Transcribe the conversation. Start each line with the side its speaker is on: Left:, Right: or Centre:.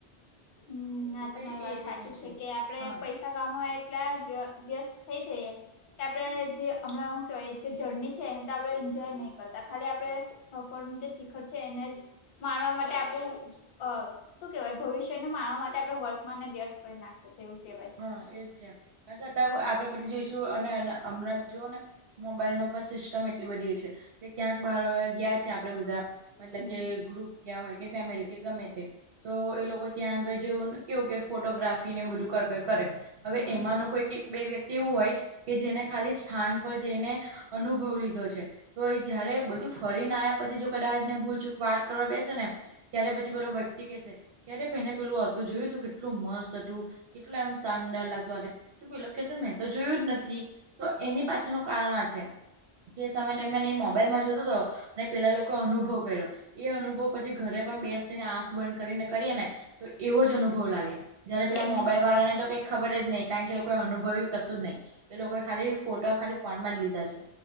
Left: હમ્મ, ના
Right: એટલે
Left: તમારી વાત
Right: એ રીતનું
Left: હાચી છે કે આપડે
Right: હા
Left: પૈ તા કામો એટલા વ્ય વ્યસ્ત થઈ જઈએ. કે આપે જે હમણાં શું કેવાય જે જર્ની છે એને તો આપણે એન્જોય નહીં કરતા ખાલી આપણે. સફળનું જે શિખર છે એને જ માણવા માટે આપણું અ શું કેવાય ભવિષ્ય જેને માણવા માટે આપણે વર્તમાનને વ્યર્થ કરી નાખી. કેવું કેવાય.
Right: હ એ જ છે અને છતાય આપડે પછી જોઈશું અને હમણે જ જુઓને મોબાઈલનો પણ સિસ્ટમ એટલી બધી છે કે ક્યાંક બહાર હવે ગયા છે આપડે બધા. મતલબ
Left: હમ
Right: કે ગ્રુપ ક્યાં હોય કે ફેમિલી કે ગમે તેમ. તો એ લોકો ત્યાં આગળ જેવ કેવું કે ફોટોગ્રાફી ને એ બધું કર. કરે હવે
Left: હમ
Right: એમાંનું કોઈક બે વ્યક્તિ એવું હોય કે જેને ખાલી સ્થાન પર જઈને. અનુભવ લીધો છે. તો જયારે બધું ફરીને આયા પછી જો કદાચ ને ભૂલચૂક વાટ કરવા બેસે ને. ત્યારે પછી પેલો વ્યક્તિ કેસે ક્યારે પેને પેલું હતું જોયું તું કેટલું મસ્ત હતું. કેટલું આમ શાનદાર લાગ્યું આજે. પેલો કે છે મેં તો જોયું જ નથી તો એની પાછળનું કારણ આ છે. એ સમય દરમિયાન એ મોબાઈલમાં જોતો તો. ને પેલા લોકો અનુભવ કર્યો એ અનુભવ પછી ઘરે પણ બેસીને આંખ બંધ કરીને કરીએ ને. તો એવો જ અનુભવ લાગે, જયારે પેલા
Left: હમ
Right: મો મોબાઈલવાળાને તો કઈ ખબર જ નહીં, કા કે લોકો એ અનુભવ્યું કશું જ નહીં. એ લોકોએ ખાલી ફોટો ખાલી ફોનમાં જ લીધા છે.